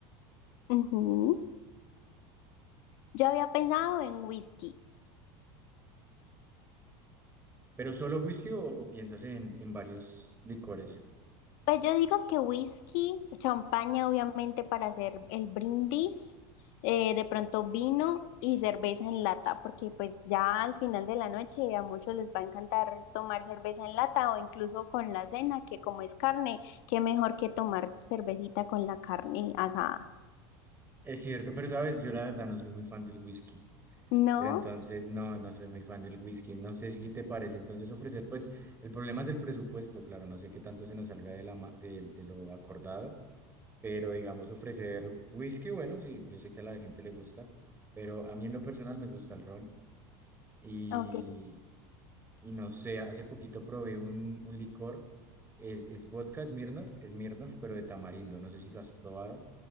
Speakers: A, on the left (about 70°); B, on the right (about 20°).
A: Ujú. Yo había pensado en whisky.
B: ¿Pero solo whisky o, o piensas en, en varios licores?
A: Pues yo digo que whisky, champaña obviamente para hacer el brindis, eh, de pronto vino y cerveza en lata, porque pues ya al final de la noche a muchos les va a encantar tomar cerveza en lata o incluso con la cena, que como es carne, qué mejor que tomar cervecita con la carne asada.
B: Es cierto, pero sabes, yo la verdad no soy muy fan del whisky.
A: ¿No?
B: Pero entonces no, no soy muy fan del whisky. No sé si te parece. Entonces ofrecer, pues el problema es el presupuesto, claro, no sé qué tanto se nos salga de, la, ma- de de lo acordado. Pero digamos, ofrecer whisky, bueno, sí, yo sé que a la gente le gusta, pero a mí en lo personal me gusta el ron. Y,
A: Ok.
B: y no sé, hace poquito probé un, un licor, es, es vodka Smirnoff, Smirnoff, pero de tamarindo, no sé si lo has probado,